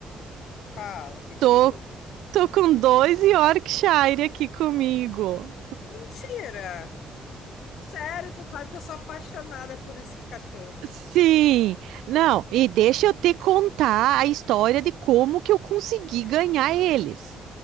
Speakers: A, on the left; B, on the right.
A: Fala, o que
B: Tô,
A: que houve?
B: tô com dois Yorkshire aqui comigo.
A: Mentira! Sério, tu sabe que eu sou apaixonada por esses cachorros.
B: Sim. Não, e deixa eu te contar a história de como que eu consegui ganhar eles.